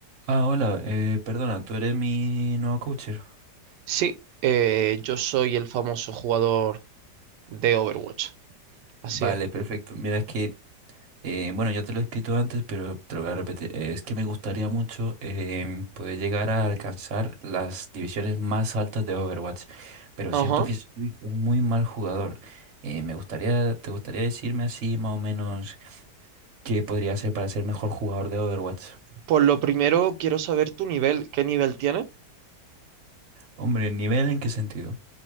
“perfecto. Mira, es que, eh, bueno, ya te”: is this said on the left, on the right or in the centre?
Right